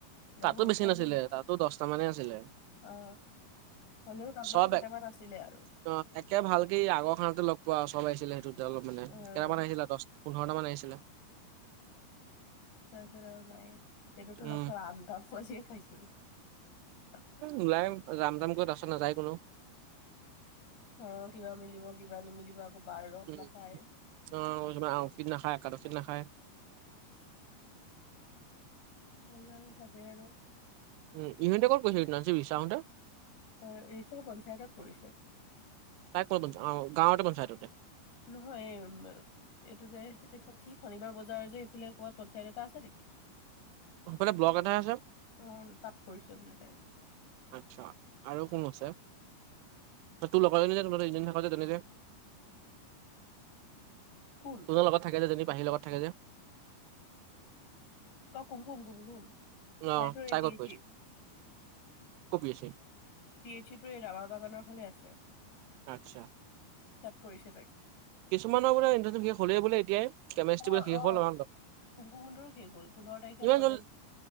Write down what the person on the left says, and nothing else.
গাভৰুত
পোৱালি
অ। হলেও তাত মানে
কেইটামান
আছিলে আৰু।
উম।
তাৰ পাছত আৰু নাই, সেইটোতো
লাষ্টত আম ত পোৱাচে খাইছো আহ হা।
অ কিবা মিলিব কিবা নিমিলিব আকৌ বাৰত
নাখায়।
সেই গ'ল তাকে আৰু।
হয় ৰিচে পঞ্চায়তত কৰিছে।
নহয় এমবে এইটো যে এইখন কি শনিবাৰ বজাৰ যে এইফালে কবাত পঞ্চায়ত এটা আছে নেকি?
অ তাত কৰিছে বোলে তাই
কুল?
তই কুমকুম, গুমগুম
হায়টো
পিএইচি।
পি এইচি টো এই ৰাৱাৰ বাগানৰ ফালে আছে।
তাত কৰিছে তাই
অ
অ,
কুমকুমহঁতৰো শেষ হ'ল পোন্ধৰ তাৰিখে
প্ৰজেক্ট